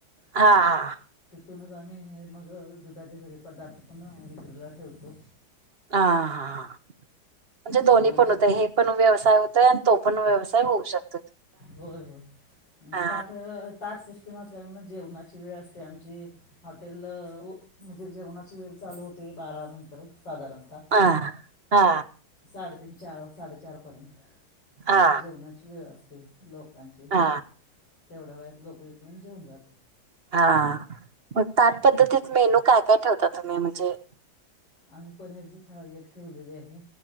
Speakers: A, on the right; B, on the left.
A: हा हा
B: त्यातूनच आम्ही हे मग दुधाचे सगळे पदार्थ पण विक्रीला ठेवतो
A: हा हा म्हणजे दोन्ही
B: मग आमचे
A: पण होतय हे पण व्यवसाय होतोय आणि तो आपण व्यवसाय होऊ शकतो
B: होय होय
A: हा
B: तेम असल्या जेवणाची वेळ असते आमची हॉटेल म्हणजे जेवणाची वेळ चालू होते ते बारा नंतर साधारणतः
A: हा हा
B: साडेतीन चार साडेचारपर्यंत
A: हा
B: जेवणाची वेळ असते लोकांची
A: हा
B: तेवढ्या वेळात लोक पजेऊन जात
A: हा मग त्याच पद्धतीत मेनू काय काय ठेवता तुम्ही म्हणजे
B: आम्ही पनीरची थाळी एक ठेवलेली आहे